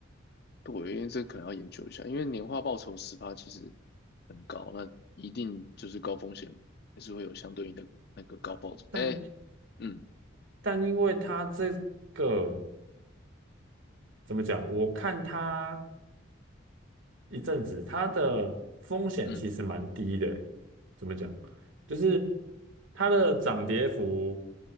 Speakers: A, on the left (about 50°); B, on the right (about 75°).
A: 对，因为这可能要研究一下，因为年化报酬十趴其实很高，那一定就是高风险，还是会有相对应的那个高报酬。
B: 但
A: 哎，嗯
B: 但因为他这个怎么讲，我看他一阵子，他的风险其实蛮低的欸怎么讲，
A: 嗯
B: 就是它的涨跌幅